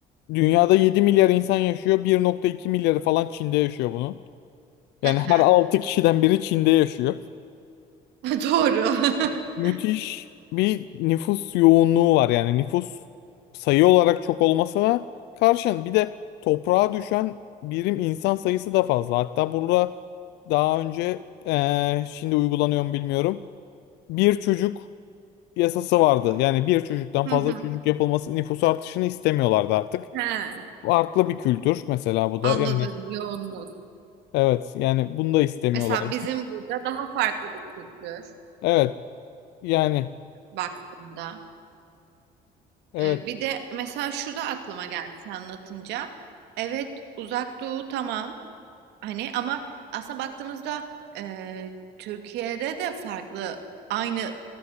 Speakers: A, on the left; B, on the right.
A: Dünyada 7 milyar insan yaşıyor. bir nokta iki milyarı falan Çin'de yaşıyor bunun.
B: <laughs> Hı
A: Yani
B: hı.
A: her 6 kişiden biri Çin'de yaşıyor.
B: Doğru. <laughs>
A: Müthiş bir nüfus yoğunluğu var. Yani nüfus sayı olarak çok olmasına karşın bir de toprağa düşen birim insan sayısı da fazla. Hatta burada daha önce eee, şimdi uygulanıyor mu bilmiyorum. Bir çocuk yasası vardı. Yani bir çocuktan
B: Hı
A: fazla
B: hı.
A: çocuk yapılması nüfus artışını istemiyorlardı artık.
B: He.
A: Farklı bir kültür mesela bu
B: Anladım
A: da. Yani
B: yoğunluk.
A: evet yani bunu da istemiyorlardı.
B: Mesela bizim burada daha farklı bir kültür
A: Evet yani
B: baktığında.
A: evet.
B: Ee, bir de mesela şu da aklıma geldi sen anlatınca. Evet Uzak Doğu tamam hani ama aslında baktığımızda e, Türkiye'de de farklı aynı